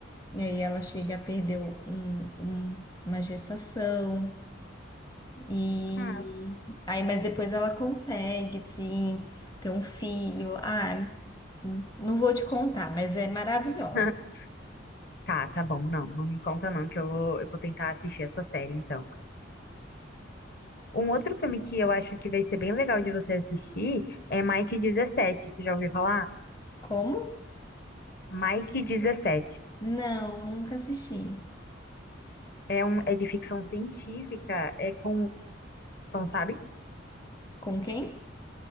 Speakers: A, on the left (about 20°); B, on the left (about 50°).
A: E aí ela chega a perder um- um- uma gestação. E
B: Ah,
A: aí, mas depois ela consegue, sim, ter um filho. Ah, não vou te contar, mas é maravilhosa.
B: <laughs> tá, tá bom, não, não me conta não, que eu vou, eu vou tentar assistir essa série então. Um outro filme que eu acho que vai ser bem legal de você assistir é Mike dezessete você já ouviu falar?
A: Como?
B: Mike dezessete
A: Não, nunca assisti.
B: É um, é de ficção científica, é com, sabe?
A: Com quem?